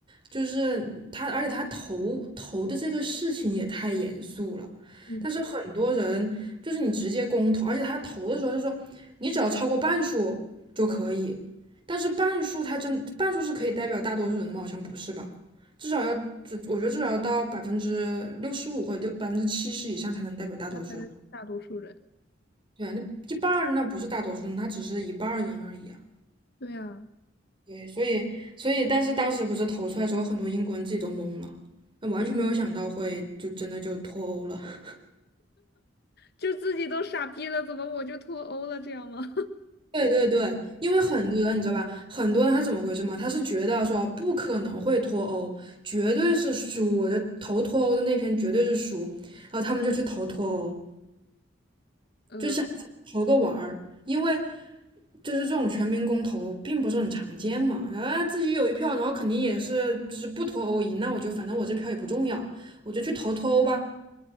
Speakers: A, on the right; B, on the left.
A: 就是他，而且他投投的这个事情也太严肃了。
B: 嗯，
A: 但是很多人就是你直接公投，而且他投的时候就说你只要超过半数就可以，但是半数他真半数是可以代表大多数人的吗？好像不是吧？至少要，至我觉得至少要到百分之六十五或者六百分之七十以上才能代表大多数人。
B: 他才能是大多数人。
A: 对啊，那一半儿那不是大多数人，他只是一半儿人而已啊。
B: 对啊，
A: 对，所以所以，但是当时不是投出来之后，很多英国人自己都懵了，那完全没有想到会就真的就脱欧了。<laughs>
B: 就自己都傻逼了，怎么我就脱欧了？这样吗？<laughs>
A: 对对对，因为很多人你知道吧，很多人他怎么回事嘛？他是觉得说不可能会脱欧，绝对是输，我就投脱欧的那篇绝对是输，然后他们就去投脱欧，
B: 呃，
A: 就想投个玩儿，因为就是这种全民公投并不是很常见嘛，然后自己有一票，然后肯定也是就是不脱欧赢，那我就反正我这票也不重要，我就去投脱欧吧。